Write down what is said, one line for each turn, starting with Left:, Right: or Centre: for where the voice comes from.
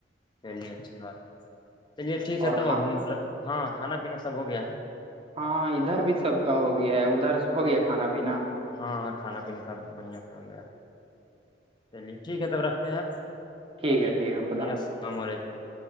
Left: چلیے اچھی بات ہے چلیے ٹھیک ہے
Right: اور
Left: تب
Right: کھا
Left: اب ہاں کھانا پینا سب ہو گیا ہے
Right: ہاں ادھر بھی سب کا ہو گیا ہے ادھر ہو گیا کھانا پینا
Left: ہاں ہاں کھانا پینا سب بڑھیا سے ہو گیا چلیے ٹھیک ہے تب رکھتے ہیں آپ
Right: ٹھیک
Left: جی
Right: ہے ٹھیک ہے خدا
Left: جی السلام
Right: حافظ
Left: علیکم